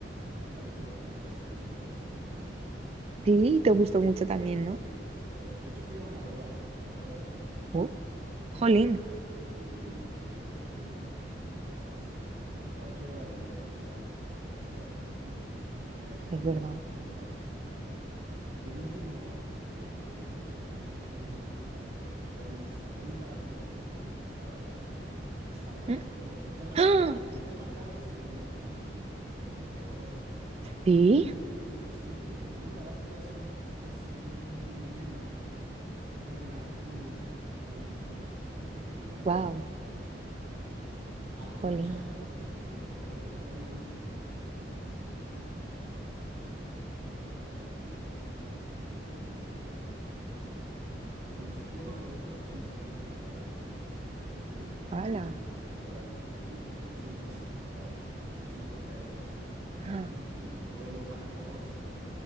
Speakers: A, on the right; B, on the right.
A: Yo también tuve oportunidad de estar en Nueva York hace algunos años.
B: Sí, te gustó mucho también,
A: Sí,
B: ¿no?
A: me encantó. De hecho, fui a una boda, a la boda de un amigo,
B: Oh, jolín,
A: eh, y, y increíble porque, eh, ya sabes, eh, en- a cualquier hora del día tienes algo por hacer, algo por comer. No hay así
B: es
A: como,
B: verdad.
A: como horarios establecidos. Y el último que, que también te recomiendo si tienes oportunidad, porque realmente está muy barato el, el estar allá, es Japón.
B: ¿Mm?
A: Digo, el tema
B: ¡Ah!
A: caro, el tema caro es el avión, ¿no? El, el transporte, pero el,
B: Sí,
A: el, el, sí, la- muy barato. Fui hace, un, hace año y medio tengo una, tengo una hija que cumplió 10 años y la llevé de viaje
B: wow,
A: de cumpleaños a Japón, aprovechando
B: jolín.
A: que, que los boletos de avión me salieron prácticamente casi regalados, porque ahí a través de un amigo que es piloto de una aerolínea que vuela directo a Japón, me, pues me obsequió los boletos pagando solamente la parte de impuestos y entonces te digo que me salió
B: Ala.
A: como, ¿qué te habrá, di- qué te diré? Como doscientos cincuenta doscientos cincuenta euros
B: ¡Ah!
A: el, el vuelo para los dos.